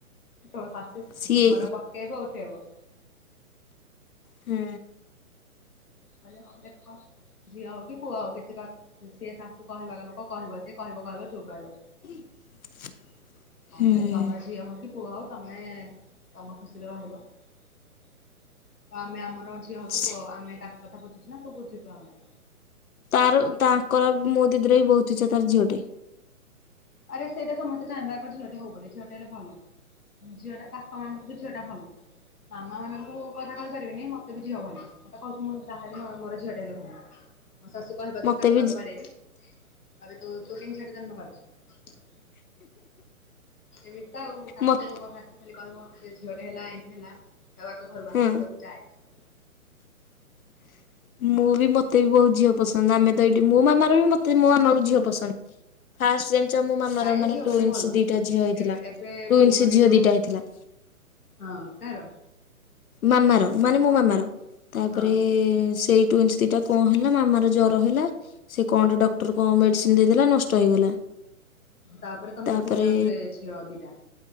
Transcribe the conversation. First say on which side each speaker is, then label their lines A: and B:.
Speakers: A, on the left; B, on the left.
A: ତମ ଶାଶ
B: ସିଏ
A: ଘର ପକେଇବ ଉଠେଇବ।
B: ହୁଁ।
A: କହିଲେ ଦେଖ ଝିଅ ହଉ କି ପୁଅ ହଉ କିଛି କଥ ସିଏ ଶାଶୁ କହିବା ଲୋକ କହିବ ସେ କହିବ କହିବ ଚୁପ୍ ରହିବ।
B: <inaudible> ହୁଁ
A: ମେ ତମର ଝିଅ ହଉ କି ପୁଅ ହଉ ତମେ ତମ ଖୁସିରେ ରହିବ। ତ ଆମେ ଆମର ଝିଅ ହଉ କି
B: ସେ
A: ପୁଅ ଆମେ ତାଙ୍କ କଥା ବୁଝୁଛୁ ନା ତୁ ବୁଝୁଛୁ ଆମର।
B: ତାର ତାଙ୍କର ମୋ ଦିଦିର ବି ବହୁତ ଇଛା ତାର ଝିଅଟେ।
A: ଆରେ ସେଇଟା ସମସ୍ତେ ଚାହିଁବେ ଆଗ ଝିଅଟେ ହଉ ବୋଲି ଝିଅଟେ ହେଲେ ଭଲ। ଝିଅ ଟା ବାପା ମାନଙ୍କୁ ବି ଝିଅ ଟା ଭଲ। ମାମା ମାନଙ୍କୁ କଥା କହି ପାରିବିନି ମତେ ବି ଝିଅ ଭଲ ମୁଁ ତ କହୁଛି ମୁଁ ବାହାହେଲେ ମୋର ଝିଅ ଟେ ହେଲେ ଭଲ। ମୋ ଶାଶୁ କହିବ ଯଦି
B: ମତେ
A: ତାକୁ
B: ବି
A: ଆଗ ବାଡେଇବି। କହିବି ତୁ ତୁ କେମିତି ଝିଅଟେ ଜନ୍ମ କରିଚୁ। ଏମିତି ତ ଆଉ ଶାଶୁ
B: ମତ
A: ମୋ ଶାଶୁ ଖାଲି କହିବ ମୋତେ ଝିଅଟେ ହେଲା ଏନ୍ତି ହେଲା ତାକୁ ଆଗ ଘରୁ ବାହାର
B: ହଁ
A: କରିବି ମୁଁ କହିବି ଯାଏ
B: <inaudible> ମୁଁ ବି ମୋତେ ବି ବହୁତ ଝିଅ ପସନ୍ଦ। ଆମେ ତ ଏଇଠି ମୋ ମାମା ର ବି ମତେ ମୋ ମାମାକୁ ଝିଅ ପସନ୍ଦ। ଫାଷ୍ଟ ଯେ ମୋ ମାମାର
A: ପ୍ରାୟ
B: ମାନେ
A: ଝିଅ
B: ଟୁଇନସ୍
A: ଭଲ
B: ଦିଟା ଝିଅ ହେଇଥିଲା।
A: ଏବେ ଏବେ
B: ଟୁଇନ୍ସ
A: ପୁଅ ମାନେ
B: ଝିଅ
A: ଯୋଉ
B: ଦିଟା ହେଇଥିଲା।
A: ହଁ। କାହାର?
B: ମାମାର ମାନେ ମୋ ମାମାର। ତାପରେ
A: ହଁ
B: ସେଇ ଟ୍ୱଇଁଷ ଦିଟା କଣ ହେଲା ମାମାର ଜ୍ଵର ହେଲା। ସେ କଣ ଟେ ଡକ୍ଟର କଣ ମେଡିସିନ ଦେଇଦେଲା, ନଷ୍ଟ ହେଇଗଲା।
A: ତାପରେ ତମେ
B: ତାପରେ,
A: ପୁଣି ଆଉଥରେ ଝିଅ ଦିଟା